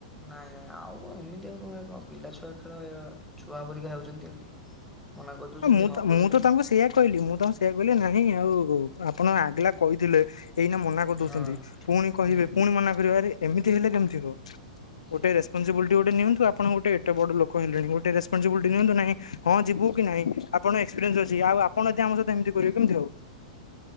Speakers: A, in the centre; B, on the left.
A: ନାଇଁ ନାଇଁ ଆଉ କଁ ଏମିତି ଆଉ କଁ ଭାଇ କଁ ହବ? ପିଲା ଛୁଆ ଖେଳ, ଏଇଆ ଛୁଆ ପରିକା ହେଉଛନ୍ତି ବୋଲି <inaudible> କରିଦଉଛନ୍ତି
B: ହ ମୁଁ
A: ହଁ
B: ତ ମୁଁ
A: କରିଦଉଛନ୍ତି
B: ତ ତାଙ୍କୁ ସେଇୟା କଇଲି, ମୁଁ ତାଙ୍କୁ ସେଇଆ କଇ ଲି ନାଇଁ ଆଉ ଆପଣ ଆଗଲା କଇଥିଲେ ଏଇନା ମନା କରିଦୋଉଚନ୍ତି,
A: ହଁ
B: ପୁଣି କହିବେ
A: ହୁଁ
B: ପୁଣି ମନା କରିବେ, ଆରେ ଏମିତି ହେଲେ କେମିତି ହବ?
A: ସେଇ
B: ଗୋଟେ
A: ସେଇ
B: ରେସପନସିବଲଟି
A: ସେଇ
B: ଗୋଟେ ନିଅନ୍ତୁ ଆପ ଆପଣ ଗୋଟେ ଏଟେ ବଡ଼ ଲୋକ ହେଲେଣି, ଗୋଟେ ରେସପନସିବିଲିଟି ନିଅନ୍ତୁ ନାହିଁ ହଁ ଯିବୁ କି ନାଇଁ, ଆପଣ ଏକ୍ସପିରିନ୍ସ ଅଛି। ଆଉ ଆପଣ ଯଦି ଆମ ସହିତ ଏମତି କରିବେ, କେମତି ହବ?